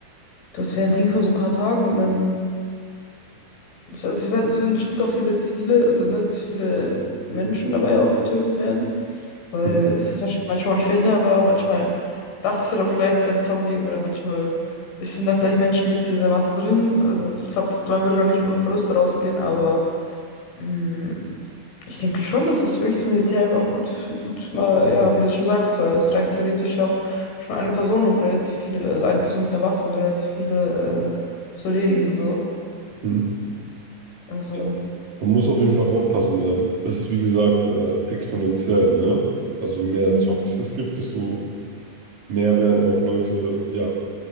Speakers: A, on the left; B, on the right.
A: das wäre ein Ding von so ein paar Tagen und dann. Ich, also es werden, es würden bestimmt auch viele zivile, also ne, viele Menschen dabei auch getötet werden.
B: Mhm.
A: Weil es ist wahrscheinlich manchmal auch nicht verhinderbar. Manchmal dachtest du da vielleicht, es wäre ein Zombie oder manchmal sind da vielleicht Menschen mit dieser Masse drin. Also ich glaube, man würde doch nicht ohne Verluste rausgehen, aber. mm, Ich denke schon, dass es wirklich das Militär auch gut, gut mal, ja, wie du schon sagst, weil es reicht theoretisch ja auch schon eine Person, um relativ viele, also eine Person mit einer Waffe, um relativ viele äh, zu erledigen, so.
B: Mhm.
A: Also,
B: Ja. Man muss auf jeden Fall aufpassen, weil das ist, wie gesagt, äh, exponentiell, ne? Also je mehr
A: hm,
B: Zombies es gibt, desto mehr werden auch Leute, ja,